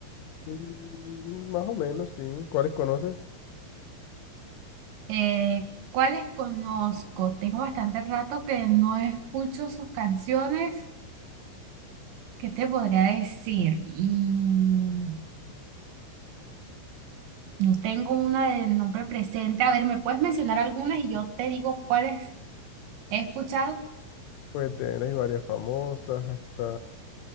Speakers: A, on the left (about 85°); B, on the right (about 70°).
A: Mm, Más o menos, sí. ¿Cuáles conoces?
B: Eh, ¿cuáles conozco? Tengo bastante rato que no escucho sus canciones. ¿Qué te podría decir? Mm, no tengo una de nombre presente. A ver, ¿me puedes mencionar algunas y yo te digo cuáles he escuchado?
A: Pues de él hay varias famosas. Está